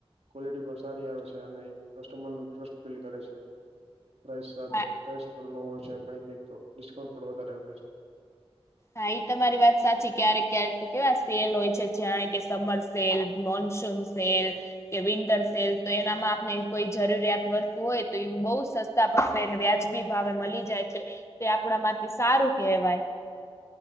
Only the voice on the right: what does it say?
ક્વોલિટી પણ સારી આવે છે અને કસ્ટમરનો ટ્રસ્ટ બિલ્ડ કરે છે. પ્રાઇસ સાથે
પ્રાઇસ પણ લો છે એમ કઈ કઈક તો ડિસ્કાઉન્ટ પણ વધારે આપે છે.